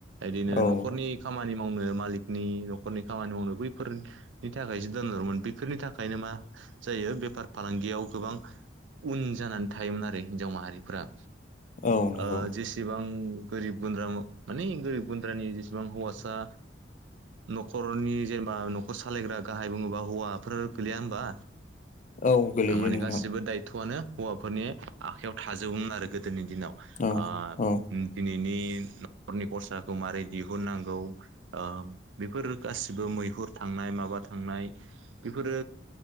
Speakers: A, on the right; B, on the left.
A: इदिनो
B: औ
A: न'खरनि खामानि मावनो मालिकनि न'खरनि खामानि मावनो बैफोर नि थाखायसो दोनहरोमोन बेफोरनि थाखायनो मा जायो बेफार फालांगियाव गोबां उन जानानै थायोमोन आरो हिनजाव माहारिफ्रा।
B: औ नंगौ
A: ओ जेसेबां गोरिब गुन्द्राम मानि गोरिब गुन्द्रानि जेसेबां हौवासा न'खरनि जेनेबा न'खर सालायग्रा गाहाय बुङोब्ला हौवाफोर गैलिया होमबा
B: औ गोलैयो
A: माने
B: नोंथां
A: गासिबो दायथ'आनो हौवाफोरनि आखायाव थाजोबोमोन आरो गोदोनि दिनाव
B: औ
A: ओ
B: औ
A: दिनैनि न'खरनि खरसाखौ मारै दिहुननांगौ? ओ बेफोर गासिबो मैहुर थांनाय माबा थांनाय बेफोरो